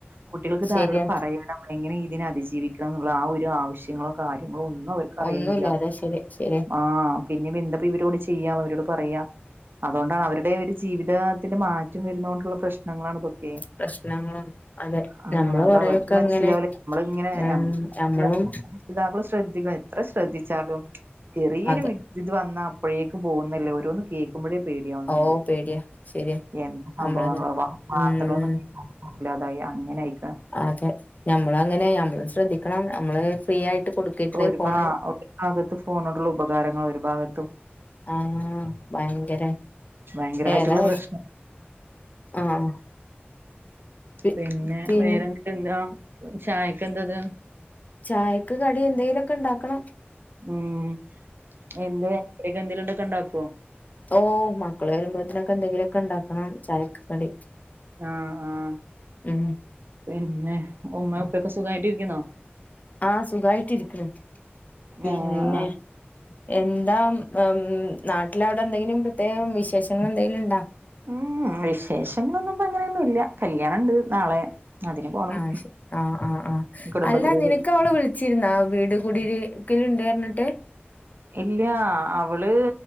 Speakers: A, on the right; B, on the left.
A: കുട്ടികൾക് ഇതാരോട്
B: ശരിയാ
A: പറയണം എങ്ങനെ ഇതിനെ അതിജീവിക്കണം ന്നുള്ള ആ ഒരു ആവശ്യങ്ങളോ കാര്യ ഒന്നും അവർക്ക്റിയുന്നില്ല
B: ഒന്നുല്ല അതെ ശരി ശരി
A: ആ പിന്നെ പെന്താ ഇപ്പ ഇവരോട് ചെയ്യാ അവരോട് പറയാ അതുകൊണ്ടാണ് അവരുടെ ഒരു ജീവിതത്തിന്റെ മാറ്റം വരുന്ന കൊണ്ടുള്ള പ്രശ്നങ്ങളാണ് ഇതൊക്
B: പ്രശ്നങ്ങളാണ് അതെ
A: ആ
B: നമ്മള്
A: അത
B: കൊറെയൊക്കെ
A: അവർക്ക് മനസ്സിലാവില്ല
B: ഇങ്ങനെ
A: നമ്മളിങ്ങനെ
B: ഉം
A: ഞമ്മള്
B: നമ്മളും
A: രക്ഷിതാകള് ശ്രദ്ധിക്കണം എത്ര ശ്രദ്ധിച്ചാലും ചെറിയൊരു
B: അതെ
A: വീഴ് ഇത് വന്നാ അപ്പോഴേക്കും പോകുന്നില്ലേ ഓരോന്ന് കേൾക്കുമ്പോഴേ പേടിയാവുന്നുണ്ട്
B: ഓ പേടിയാ ശരിയാ
A: എന്ത സംഭവങ്ങളി
B: നമ്മളങ്ങനെ
A: വാർത്തകളൊന്ന
B: ഉം
A: കേ അതായി അങ്ങനായിക്കാൺ
B: അതെ ഞമ്മളങ്ങനെ ഞമ്മള് ശ്രദ്ധിക്കണം ഞമ്മള് ഫ്രീ ആയിട്ട് കൊടുക്കരുത്
A: ഒരു
B: ഫോണ്
A: ഭാ ഒരു ഭാഗത്ത് ഫോണോണ്ടുള്ള ഉപകാരങ്ങൾ ഒരു ഭാഗത്
B: ആ ഭയങ്കര
A: ഭയങ്കരമായിട്ടുള്ള
B: ഏതാ
A: പ്രശ്നം
B: ആഹ് പി
A: പിന്നെ
B: പിൻ
A: വേറെ <unintelligible> എന്താ ചായക്കെന്തത്
B: ചായക്ക് കടി എന്തെയ്‌ലൊക്കെ ഇണ്ടാക്കണം.
A: ഉം എന്തേ <unintelligible> എന്തേലുംണ്ടൊക്കെ ഇണ്ടാക്കോ
B: ഓഹ് മക്കള് വരുമ്പളത്തേനൊക്കെ എന്തെങ്കിലുമൊക്കെ ഇണ്ടാക്കണം ചായക്ക് കടി.
A: ആഹ് ആഹ്
B: ഉം
A: പിന്നെ ഉമ്മേം ഉപ്പേക്കെ സുഖായിട്ടിരിക്കുന്നോ?
B: ആഹ് സുഖായിട്ടിരിക്കണ് പിന്നെ
A: ആഹ്
B: എന്താ ഇം നാട്ടിലവിടെ എന്തെങ്കിലും പ്രത്യേകം വിശേഷങ്ങൾ എന്തേലും ഇണ്ട
A: ഉം വിശേഷങ്ങളൊന്നും ഇപ്പ അങ്ങനെയൊന്നും ഇല്ല കല്ല്യാണെണ്ട് നാളെ. അതിന് പോണം
B: ആഹ് ശ ആഹ് ആഹ് ആഹ്
A: കുടുംബത്തിലേക്ക്
B: അല്ല നിനക്ക് അവള് വിളിച്ചിരുന്ന വീട് കൂടീരി ക്കലിണ്ട് പറഞ്ഞിട്ട്.
A: ഇല്ലാ അവള്